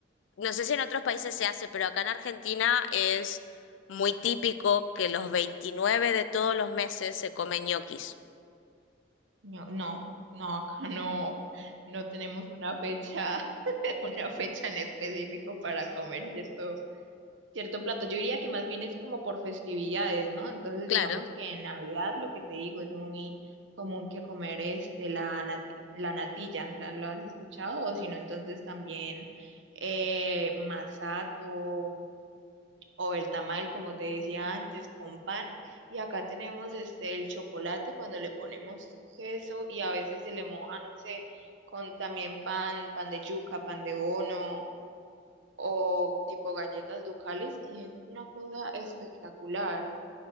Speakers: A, on the left (about 85°); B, on the right (about 75°).
A: no sé si en otros países se hace, pero acá en Argentina es muy típico que los 29 de todos los meses se comen ñoquis.
B: No, no, no, acá no, no tenemos una fecha, <laughs> una fecha en específico para comer, ¿cierto? cierto plato. Yo diría que más bien es como por festividades, ¿no? Entonces,
A: Claro,
B: digamos que en Navidad, lo que te digo, es muy común que comer este, la nati- la natilla, ¿la, lo has escuchado? O si no, entonces también eh, masato o el tamal, como te decía antes, con pan. Y acá tenemos este, el chocolate cuando le ponemos queso y a veces se le moja, no sé, con también pan, pan de yuca, pan de bono o tipo galletas ducales y eso es una cosa espectacular.